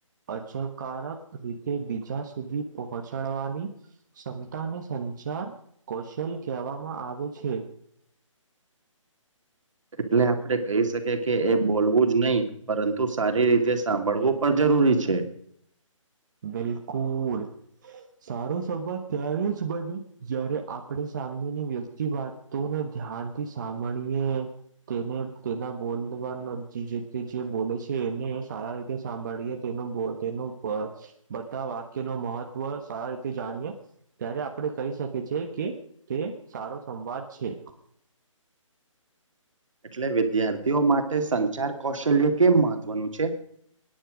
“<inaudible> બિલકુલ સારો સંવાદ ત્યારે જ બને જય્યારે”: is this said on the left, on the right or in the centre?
Right